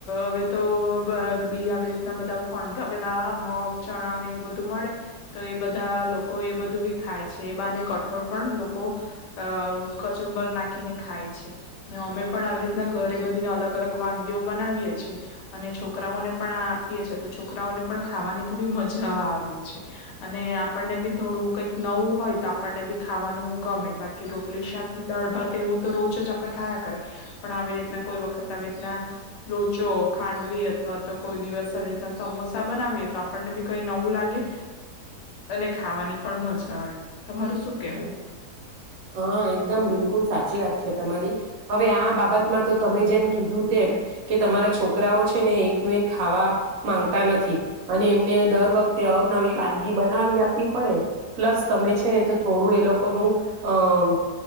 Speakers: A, on the left (about 90°); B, on the right (about 70°).
A: હવે તો બરબી આવી રીતના બધા ફણગાવેલા મગ, ચણા ને એવું બધું મળે તો એ બધા લોકો એ બધું બી ખાય છે. એ બાને કઠોળ પણ લોકો અ કચુંબર નાખીને ખાય છે. ને અમે પણ આવી રીતના ઘરે બધીને અલગ અલગ વાનગીઓ બનાવીએ છીએ અને છોકરાઓને પણ આ આપીએ છે. તો છોકરાઓને પણ ખાવાની થોડી મજા આવે છે અને આપણને બી થોડું કંઈક નવું હોય તો આપણને બી ખાવાનું ગમે બાકી રોટલી, શાક, દાળભાત એવું તો રોજ જ આપણે ખાયા કરીએ. પણ આવી રીતના કોઈ વખત આવી રીતના લોચો, ખાંડવી અથવા તો કોઈ દિવસ આવી રીતના સમોસા બનાવીએ તો આપણને બી કઈ નવું લાગે અને ખાવાની પણ મજા આવે. તમારું શું કેવું?
B: હા એકદમ બિલકુલ સાચી વાત છે તમારી હવે આ બાબતમાં તો તમે જેમ કીધું તેમ કે તમારા છોકરાઓ છે ને એકનું એક ખાવા માંગતા નથી અને એમને દર વખતે અવનવી વાનગી બનાવી આપવી પડે પ્લસ તમે છે ને તો થોડું એ લોકોનું અ